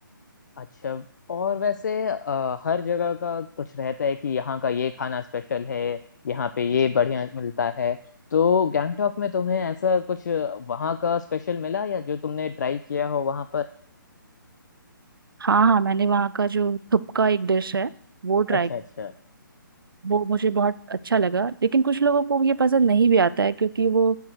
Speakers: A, on the left; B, on the right.
A: अच्छा और वैसे अ, हर जगह का कुछ रहता है कि यहाँ का ये खाना स्पेशल है यहाँ पे ये बढ़िया मिलता है तो गैंगटॉक में तुम्हें ऐसा कुछ वहाँ का स्पेशल मिला या जो तुमने ट्राई किया हो वहाँ पर
B: हाँ हाँ मैंने वहाँ का जो थुपका एक डिश है वो ट्राई
A: अच्छा अच्छा
B: वो मुझे बहुत अच्छा लगा लेकिन कुछ लोगों को ये पसंद नहीं भी आता है क्योंकि वो